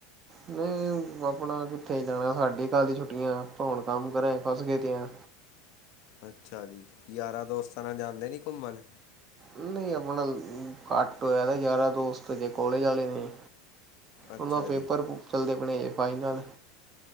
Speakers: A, on the right; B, on the left.
A: ਨਹੀਂ ਆਪਣਾ ਕਿੱਥੇ ਜਾਣਾ ਸਾਡੇ ਕੱਲ੍ਹ ਦੀ ਛੁੱਟੀਆਂ ਅਪਾ ਹੁਣ ਕੰਮ ਕਾਰਾ ਈ ਚ ਫਸ ਗਏ ਦੇ ਆਂ।
B: ਅੱਛਾ ਜੀ, ਯਾਰਾਂ ਦੋਸਤਾਂ ਨਾਲ ਜਾਂਦੇ ਨੀ ਘੁੰਮਣ।
A: ਨਹੀਂ ਆਪਣਾ ਘੱਟ ਹੋਇਆ ਯਾਰਾ ਦੋਸਤ ਤੇ ਅੱਜੇ ਕਾਲਜ ਆਲੇ ਨੇ।
B: ਅੱਛਾ
A: ਉੰਨਾ ਪੇਪਰ
B: ਜੀ
A: ਬੁੱ ਚੱਲਦੇ ਪਏ ਨੇ ਫਾਈਨਲ,